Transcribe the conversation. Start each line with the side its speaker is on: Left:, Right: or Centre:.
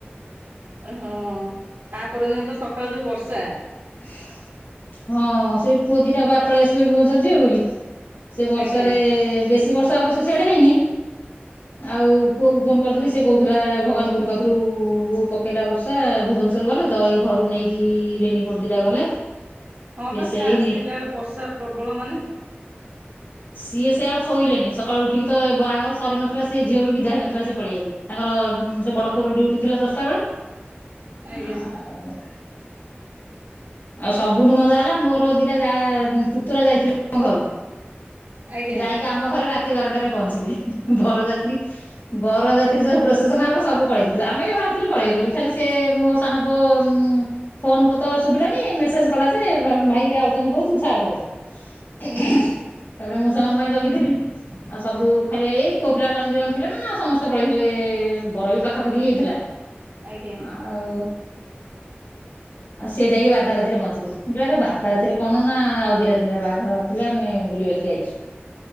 Right: ଓହୋ। ତା ପରଦିନ ତ ସ ସକାଳୁ ଯୋଉ ବର୍ଷା।
Left: <inaudible> ହଁ ସେଇ ପୁଅଦୀଟା ପଳେଇ ଆସିଲେ ଭୁବନେଶ୍୍ୱର ଯିବେ ବୋଲି। ସେ ବର୍ଷାରେ
Right: ଆଜ୍ଞା
Left: ବେଶୀ ବର୍ଷା ଅବଶ୍ୟ ସିଆଡା ହେଇନି। ଆଉ ପୁଅ କୁ ଫୋନ କରିଥିଲି ସେ କହୁଥିଲା ଭଗବାନପୁର ପାଖରୁ ପକେଇଲା ବର୍ଷା ଭୁବନେଶ୍ଵର ଗଲେ ତ ଏଇ ଘରୁ ନେଇକି ରେନି କୋଟ ଦିଟା ଗଲେ।
Right: ହଁ ପା
Left: ସେଇ
Right: ସେ ଆସିଲା ବେଳକୁ ବର୍ଷା ପ୍ରବଳ ମାନେ।
Left: ସିଏ ସେ ଆଉ ଶୋଇଲେନି ସକାଳୁ ଉଠିକି ତ ବାହାଘର ସରି ନଥିଲା ସିଏ ଝିଅ ବିଦା ହେଇନଥିଲା ସଏ ପଳେଇଆଇଲେ। ତାଙ୍କର ସେ ବଡ ପୁଅର ଡୁଉଟି ଥିଲା ଦଶଟା ବେଳେ।
Right: ଆଜ୍ଞା।
Left: ଆଉ ଆଉ ସବୁଠୁ ମଜା ହେଲା ମୋର ଦିଟା ଯା ପୁତୁରା ଯାଇଥିଲି ଘରୁ।
Right: ଆଜ୍ଞା।
Left: ଯାଇକି ଆମ ଘରେ ରାତ ରାତି ବାରଟାରେ ପହଞ୍ଚିଲି। ବରଯାତ୍ରୀ ବରଯାତ୍ରୀ ସବୁ ପ୍ରଶେସନ ଆମର ସବୁ ପଳେଇଥିଲୁ ଆମେ ବି ଭା ପଳେଇ ବୋଲି ଖାଲି ସେ ମୋ ସାନ ପୁଅ ଫୋନ କୁ ତ ସୁବିଲାନି। ମେସେଜ କଲା ଯେ ଭାଇ ହରିକା ଆଉଛନ୍ତି ବୋଉ ତୁ‌ ଥା ଘରେ ।
Right: ହୁଁ
Left: ତାପରେ ମୁଁ। ସେମାନଙ୍କ ପାଇଁ ଜଗିଥିଲି ଆଉ ସବୁ ଖାଲି ଏଇ ପୁଅ ପିଲା ଜଣେ ଦିଇ ଜଣ ଥିଲେ ନ ନେ ଆଉ ସମସ୍ତେ ପଳେଇଥିଲେ ବର ବି ପାଖାପାଖି ହେଇଥିଲା।
Right: ଆଜ୍ଞା
Left: ଆଉ। ଆଉ ସେ ଯାଇକି ବାର ବାରଟା ରାତିରେ ପହଞ୍ଚିଲି ଆରେ ବାରଟା ରାତିରେ କଣ ନା ଆଉ ଦି ତିନିଟା ବାହାଘର ଥିଲା ଆମେ ବୁଲି ବାଲିକି ଆଇଛୁ।